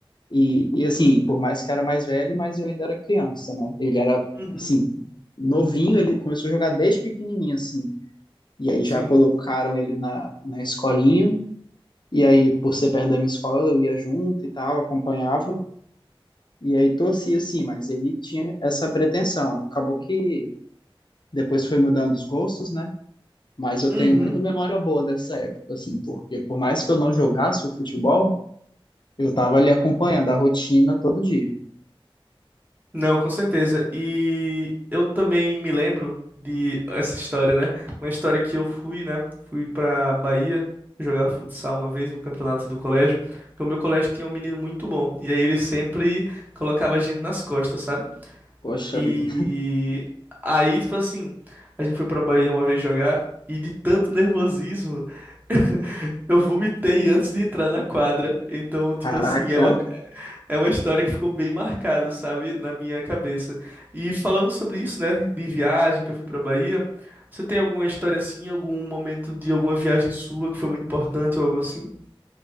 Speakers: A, on the left; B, on the right.
A: E, e assim, por mais que era mais velho, mas eu ainda era criança, né? Ele era,
B: Uhum.
A: assim, novinho, ele começou a jogar desde pequenininho, assim. E aí
B: Sim.
A: já colocaram ele na, na escolinha. E aí, por ser perto da minha escola, eu ia junto e tal, acompanhava. E aí torcia sim, mas ele tinha essa pretensão. Acabou que depois foi mudando os gostos, né? Mas eu
B: Uhum.
A: tenho muita memória boa dessa época, assim, porque por mais que eu não jogasse o futebol, eu tava ali acompanhando a rotina todo dia.
B: Não, com certeza. E eu também me lembro de essa história, né? Uma história que eu fui, né? Fui pra Bahia jogar futsal uma vez no campeonato do colégio, porque o meu colégio tinha um menino muito bom. E aí ele sempre colocava a gente nas costas, sabe?
A: Poxa
B: E
A: vida,
B: aí, tipo assim, a gente foi pra Bahia uma vez jogar e de tanto nervosismo <laughs> eu vomitei antes de entrar na quadra. Então, tipo
A: caraca,
B: assim, é uma, é uma história que ficou bem marcada, sabe, na minha cabeça. E falando sobre isso, né, de viagem que eu fui pra Bahia, você tem alguma história assim, algum momento de alguma viagem sua que foi muito importante ou algo assim?